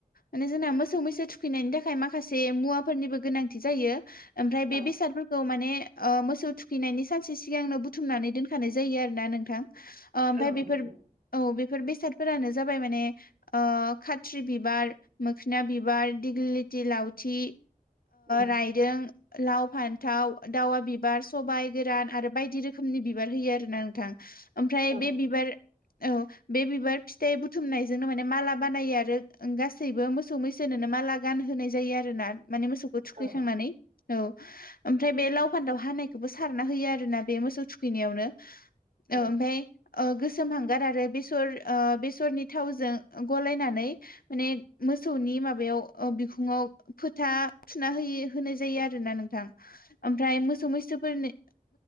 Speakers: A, on the left; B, on the right.
A: माने जोंना मोसौ मैसो थुखैनायनि थाखाय माखासे मुवाफोरनिबो गोनांथि जायो ओमफ्राय
B: औ
A: बे बेसादफोरखौ माने ओ मोसौ थुखैनायनि सानसे सिगांनो बुथुमनानै दोनखानाय जायो आरो ना नोंथां ओमफ्राय
B: औ
A: बेफोर
B: नंगौ
A: औ बेफोर बेसादफोरानो जाबाय माने आ खाथ्रि बिबार मोखोना बिबार दिग्लि लिथि लावथि
B: उम,
A: रायदों लाव फान थाव दाावा बिबार सबाइ गोरान आरो बायदि रोखोमनि बिबार होयो आरो ना नोंथां ओमफ्राय
B: औ
A: बे बिबार औ बे बिबार फिथाइ बुथुमनाय बेजोंनो माने माला बानायो आरो गासैबो मोसौ मैसोनोनो माला गानहोनाय जायो आरोना माने मो सौबो थुखैखांनानै
B: औ
A: औ ओमफ्राय बे लाव फान्थाव हानायखौबो सारना होयो आरोना बे मोसौ थुखैनायावनो
B: औ
A: ओमफ्राय गोसोमहांगार आरो बेसर बेसरनि थावजों गलायनानै माने मोसौनि माबायाव बिखुङाव फोथा थुना होयो होनाय जायो आरोना नोंथां ओमफ्राय मोसौ मैसोफोरनि